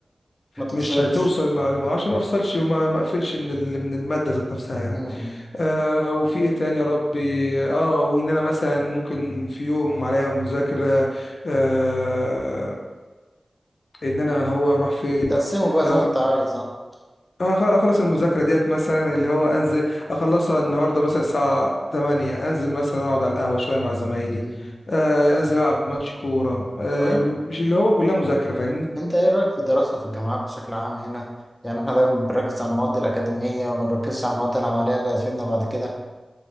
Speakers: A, in the centre; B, on the left (about 65°).
A: ما تفصلش
B: مش هتوصل المعلومة عشان ما افصلش وما ما اقفلش من ال- من المادة ذات نفسها يعني
A: مم.
B: آه وفي ايه تاني يا ربي اه وان انا مثلا ممكن في يوم عليا مذاكرة آه ان انا هو هروح فين
A: تقسمه بقى
B: هخ-
A: زي ما انت عايز اه
B: هخ- هخلص المذاكرة ديت مثلا اللي هو انزل اخلصها النهاردة مثلا الساعة 8 انزل مثلا اقعد على القهوة شوية مع زمايلي
A: مم.
B: آه انزل العب ماتش كورة آه
A: طب
B: مش اللي هو كلها مذاكرة فاهمني
A: انت ايه رأيك في الدراسة في الجامعات بشكل عام هنا يعني احنا دايما بنركز على المواد الأكاديمية وما بنركزش على المواد العملية اللي هتفيدنا بعد كده